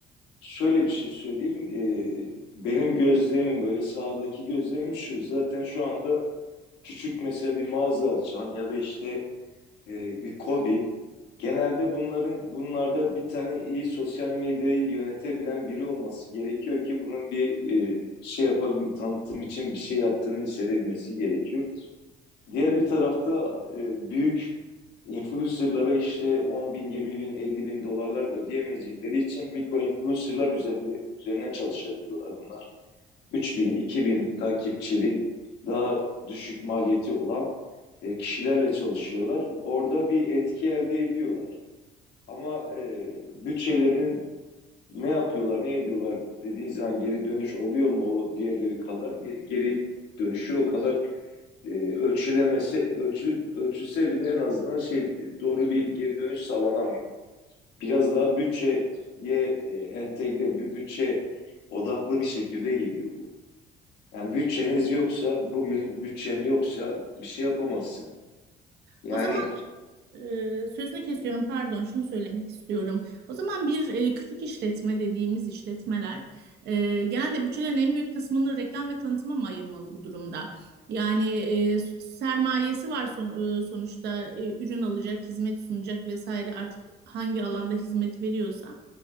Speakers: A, on the left; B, on the right.
A: şöyle bir şey söyleyeyim. Ee, benim gözlemim böyle sağdaki gözlemim şu. Zaten şu anda küçük mesela bir mağaza açan ya da işte e, bir KOBİ. Genelde bunların bunlarda bir tane iyi sosyal medyayı yönetebilen biri olması gerekiyor ki bunun bir e, şey yapabilme, tanıtım için bir şey yaptığını hissedebilmesi gerekiyor. Diğer bir tarafta e, büyük influencerlara işte 10 bin, 20 bin, 50 bin dolarlar ödeyemeyecekleri için mikro influencerlar üzerinde, üzerinden çalışabiliyorlar bunlar. 3 bin, 2 bin takipçili daha düşük maliyeti olan e, kişilerle çalışıyorlar. Orada bir etki elde ediyorlar. Ama e, bütçelerinin ne yapıyorlar, ne ediyorlar dediğin zaman geri dönüş oluyor mu o diğerleri kadar? Ge- Geri dönüşü o kadar e, ölçülemesi ölçü, ölçülse bile en azından şey doğru bir geri dönüş sağlanamıyor. Biraz daha bütçeye e, entegre bütçe odaklı bir şekilde gidiyor bu. Yani bütçeniz yoksa bugün bütçen yoksa bir şey yapamazsın. Yani
B: O zaman Ee, sözünü kesiyorum pardon şunu söylemek istiyorum. O zaman bir e, küçük işletme dediğimiz işletmeler e, genelde bütçelerin en büyük kısmını reklam ve tanıtıma mı ayırmalı bu durumda? Yani e, sermayesi var son- e, sonuçta e, ürün alacak, hizmet sunacak vesaire artık hangi alanda hizmet veriyorsa